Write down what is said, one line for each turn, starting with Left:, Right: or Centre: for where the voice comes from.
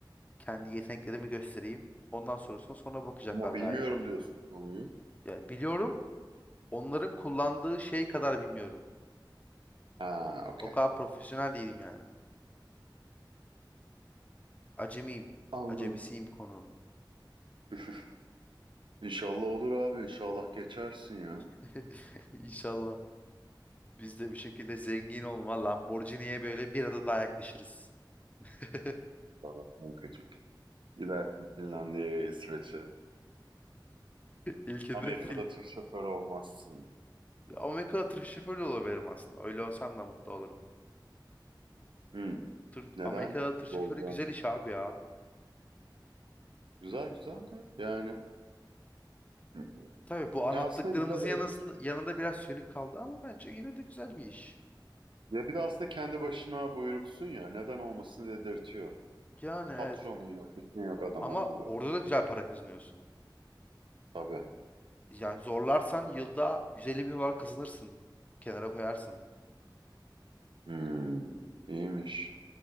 Left: Kendi yeteneklerimi göstereyim. Ondan sonrasını sonra bakacaklar
Right: Ama bilmiyorum
Left: galiba.
Right: diyorsun konuyu.
Left: Yani biliyorum Onların kullandığı şey kadar bilmiyorum.
Right: Ha, okey.
Left: O kadar profesyonel değilim yani. Acemiyim.
Right: Anladım.
Left: Acemisiyim konum.
Right: <laughs> İnşallah olur abi. İnşallah geçersin ya.
Left: <laughs> İnşallah. Biz de bir şekilde zengin olma Lamborghini'ye böyle bir adım daha yaklaşırız. <laughs>
Right: İnşallah kankacığım. Gidersin Finlandiya'ya, İsveç'e.
Left: İlk hedef
Right: Amerika'da
Left: film.
Right: tır şoförü olmazsın.
Left: Amerika'da tır şoförü de olabilirim aslında. Öyle olsam da mutlu olurum.
Right: Hmm.
Left: Tır,
Right: Neden?
Left: Amerika'da
Right: Mutlu
Left: tır şoförü
Right: olacaksın.
Left: güzel iş abi ya.
Right: Güzel güzel de yani. Hı.
Left: Tabii bu anlattıklarımızın
Right: Ya aslında güzel
Left: yanında,
Right: evet.
Left: yanında biraz sönük kaldı ama bence yine de güzel bir iş.
Right: Ya bir de aslında kendi başına buyruksun ya. Neden olmasın dedirtiyor.
Left: Yani evet.
Right: Patronun yok, işin yok adam
Left: Ama
Right: akıllı.
Left: orada da güzel para kazanıyorsun.
Right: Tabii.
Left: yani zorlarsan yılda 150 bin dolar kazanırsın. Kenara koyarsın.
Right: Hmm. İyiymiş.